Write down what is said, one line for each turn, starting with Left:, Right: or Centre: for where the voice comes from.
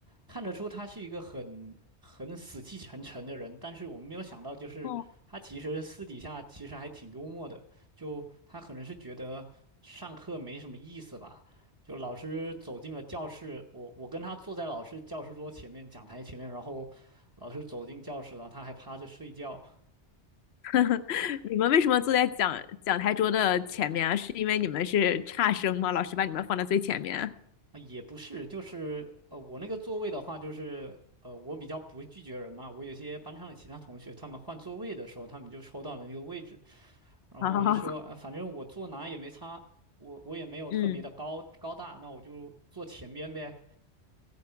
Right: 看得出他是一个很很死气沉沉的人，但是我们没有想到，就是他其实私底下其实还挺幽默的。
Left: 哦，
Right: 就他可能是觉得上课没什么意思吧，就老师走进了教室，我我跟他坐在老师教师桌前面、讲台前面，然后老师走进教室了，他还趴着睡觉。
Left: <laughs> 你们为什么坐在讲讲台桌的前面啊？是因为你们是差生吗？老师把你们放在最前面？
Right: 啊也不是，就是呃，我那个座位的话，就是呃，我比较不会拒绝人嘛，我有些班上的其他同学，他们换座位的时候，他们就抽到了那个位置。
Left: <laughs>
Right: 然后我就说，
Left: 好好好，
Right: 啊，反正我坐哪也没差，我我也没有特别的高高大，
Left: <laughs> 嗯，
Right: 那我就坐前边呗。